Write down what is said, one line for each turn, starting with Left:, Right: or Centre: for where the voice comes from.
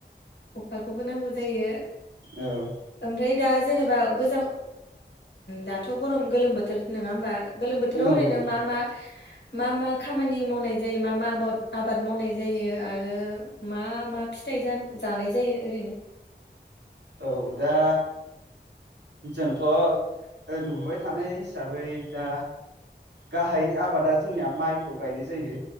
Left: अखाखौबो नांगौ जायो
Right: औ
Left: ओमफ्राय दा जेनेबा गोजां दाथ' गरम गोलोम बोथोर नङा होमबा? गोलोम बोथोराव
Right: नंगौ
Left: ओरैनो
Right: नंगौ
Left: मा मा मा मा खामानि मावनाय जायो मा मा आबाद आबाद मावनाय जायो आरो मा मा फिथाइ जानाय जायो ओरैनो?
Right: औ दा जोंथ' नुबोबाय थानाय हिसाबै दा गाहाय आबादा जोंनिया माइखौ गायनाय जायो